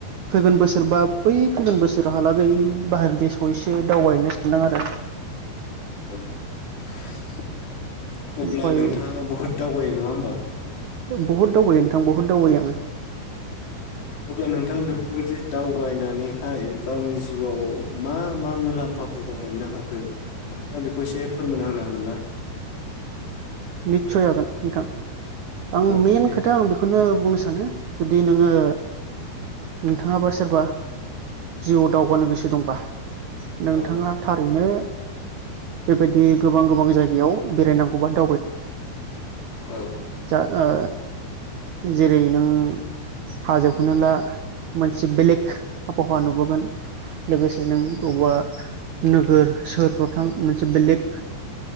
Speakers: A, on the right; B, on the left.
A: फैगोन बोसोरबा बै फैगोन बोसोर उनहालागै बाहारदेशखौ एसे दावबायहैनो सानदों आरो।
B: <unintelligible> अब्ला
A: ओमफ्राय
B: नोंथाङा बुहुद दावबायो नङा होमबा?
A: बुहुद दावबायो नोंथां बहुद दावबायो आङो।
B: अब्ला नोंथाङा बेफोरबायदि दावबायनानैहाय गावनि जिउआव मा मा मुलाम्फाफोरखौ मोननो हाखो नोंथाङा बेखौ एसे फोरमायना होनो हागोन ना?
A: निस्सय हागोन नोंथां आं
B: औ
A: मइेन
B: दे
A: खोथा आं बेखौनो बुंनो सानो जुदि नोङो नोंथाङाबा सोरबा जिउआव दावगानो गोसो दंबा नोंथाङा
B: औ
A: थारैनो बेबायदि गोबां गोबां जायगायाव बेरायनांगौबा <unintelligible>
B: औ
A: जा ओ जेरै नों हाजो खौनो ला मोनसे बेलेग आबहावा नुबोगोन लोगोसे नों बबावबा नोगोर सोहोरफ्राव थां मोनसे बेलेग